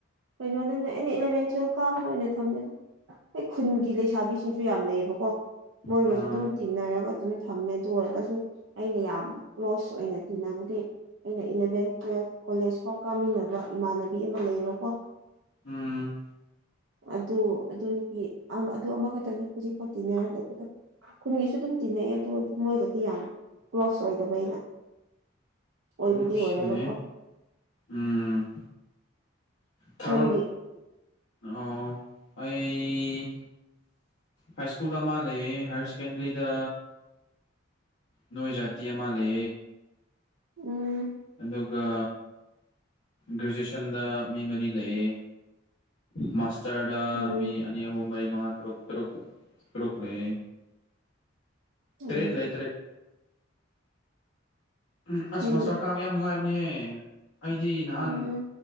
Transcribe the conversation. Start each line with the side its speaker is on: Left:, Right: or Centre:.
Right: ꯀꯩꯅꯣ ꯅ ꯑꯦꯅꯤ ꯏꯂꯚꯦꯟ ꯇꯨꯋꯦꯜ ꯀꯥꯕꯗ ꯑꯣꯏꯅ ꯊꯝꯃꯦꯗ ꯍꯣꯏ ꯈꯨꯟꯒꯤ ꯂꯩꯁꯥꯕꯤꯁꯤꯡꯁꯨ ꯌꯥꯝ ꯂꯩꯌꯦꯕꯀꯣ ꯃꯣꯏꯒꯁꯨ
Left: ꯑꯥ
Right: ꯑꯗꯨꯝ ꯇꯤꯟꯅꯔꯒ ꯑꯗꯨꯝ ꯊꯝꯃꯦ ꯑꯗꯨ ꯑꯣꯏꯔꯒꯁꯨ ꯑꯩꯅ ꯌꯥꯝ ꯀ꯭ꯂꯣꯁ ꯑꯣꯏꯅ ꯇꯤꯟꯅꯕꯨꯗꯤ ꯑꯩꯅ ꯏꯂꯚꯦꯟ ꯇꯨꯋꯦꯜꯐ ꯀꯣꯂꯦꯖ ꯐꯥꯎ ꯀꯥꯃꯤꯟꯅꯕ ꯏꯃꯥꯟꯅꯕꯤ ꯑꯃ ꯂꯩꯌꯦꯕꯀꯣ
Left: ꯎꯝ
Right: ꯑꯗꯨ ꯑꯗꯨꯅꯄꯤ ꯑꯗꯨ ꯑꯃꯈꯛꯇꯅꯦ ꯍꯧꯖꯤꯛꯐꯥꯎ ꯇꯤꯟꯅꯔ ꯂꯩꯕꯗ ꯈꯨꯟꯒꯤꯁꯨ ꯑꯗꯨꯝ ꯇꯤꯟꯅꯩꯌꯦ ꯑꯗꯨ ꯑꯣꯏꯔꯁꯨ ꯃꯣꯏꯗꯗꯤ ꯌꯥꯝ ꯀ꯭ꯂꯣꯁ ꯑꯣꯏꯗꯕ ꯑꯩꯅ ꯑꯣꯏꯕꯨꯗꯤ
Left: ꯃꯁꯦ
Right: ꯑꯣꯏꯔꯒꯀꯣ
Left: ꯎꯝ ꯊꯔꯣꯟ
Right: ꯅꯪꯗꯤ
Left: ꯑꯣ ꯑꯩ ꯍ ꯁꯀꯨꯜꯗ ꯃꯥ ꯂꯩ ꯍꯥꯏꯔ ꯁꯦꯀꯦꯟꯗꯔꯤꯗ ꯅꯣꯏꯖꯥꯇꯤ ꯑꯃꯂꯦ
Right: ꯎꯝ
Left: ꯑꯗꯨ ꯑꯗꯨꯒ ꯒ꯭ꯔꯦꯖꯨꯑꯦꯁꯟꯗ ꯃꯤ ꯃꯔꯤ ꯂꯩꯌꯦ ꯃꯥꯁ ꯆꯗꯥ
Right: ꯎꯝ
Left: ꯃꯤ ꯑꯅꯤ ꯍꯍꯣ ꯃꯔꯤ ꯃꯉ ꯇꯨ ꯇꯨ ꯇꯨꯛꯂꯤ
Right: ꯎꯝ
Left: ꯇꯔꯦꯠ ꯂꯩ ꯇꯔꯦꯠ ꯎꯝ ꯑꯁ
Right: ꯐꯩꯅꯦ
Left: ꯃꯥꯁꯇꯔ ꯀꯥꯕ ꯌꯥꯝ ꯅꯨꯡꯉꯥꯏꯕꯅꯦꯍꯦ ꯑꯩꯗꯤ ꯅꯍꯥꯟ
Right: ꯎꯝ